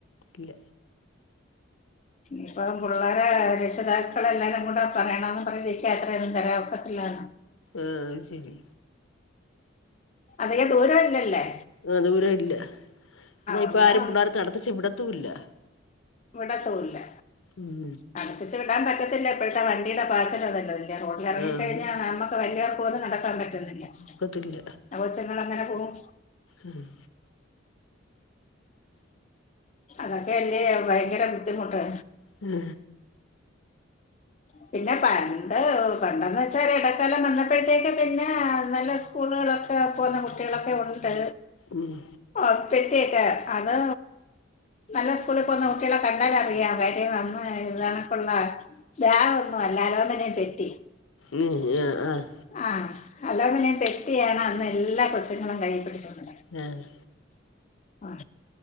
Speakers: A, on the left; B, on the left.
A: ഇല്ല
B: ഇപ്പം പുള്ളേരെ രക്ഷിതാക്കളെല്ലാരും കൂടെ പറയണംന്ന് പറനിരിക്കത്രെ തരാൻ ഒക്കത്തില്ല <unintelligible>
A: ആഹ് ശരി
B: അതിക ദൂരവില്ലല്ലേ
A: ആഹ് ദൂരം ഇല്ല എന്നാ ഇപ്പൊ
B: ഒന്ന്
A: ആരും പിള്ളോര നടത്തിചു വിടത്തും ഇല്ല
B: ഇവിടതുംല്ല
A: ഉം
B: പറപ്പിച്ച് വിടാൻ പറ്റത്തില്ല ഇപ്പഴത്തെ വണ്ടിയുടെ പച്ചലതല്ലതല്ലേ റോഡിലിറങ്ങിക്കഴിഞ്ഞാൽ
A: ആ അത
B: നമ്മ വല്ലവർക്ക പോലും നടക്കാൻ പറ്റുന്നില്ല
A: നക്കത്തില്ല
B: ആ കൊച്ചങ്ങൾ അങ്ങനെ പോകും
A: മം
B: അതൊക്കെ അല്ലേ ഭയങ്കര ബുദ്ധിമുട്ട്
A: ഉം
B: പിന്നെ പണ്ട് പണ്ടെന്ന് വെച്ചാ ഇടക്കാലം വന്നപ്പോഴത്തേക്ക് പിന്നെ നല്ല സ്കൂളുകളൊക്കെ പോക്ന്ന കുട്ടികളൊക്കെ ഉണ്ട്
A: മം
B: ആ പെറ്റിയൊക്കെ അത് നല്ല സ്കൂളിൽ പോകുന്ന കുട്ടികളെ കണ്ടാലറിയാം അതാര്യം നേരെ വന്നോ <unintelligible> വാ ഒന്നും അല്ല അലോമനേയും പെട്ടി
A: മം ആഏ ആഹ്
B: ആഹ് അലോമനയും പെട്ടിയാണ് അന്ന് എല്ലാ കൊച്ചുങ്ങളും കൈ പിടിച്ചോണ്ട്
A: ആഹ്
B: ആ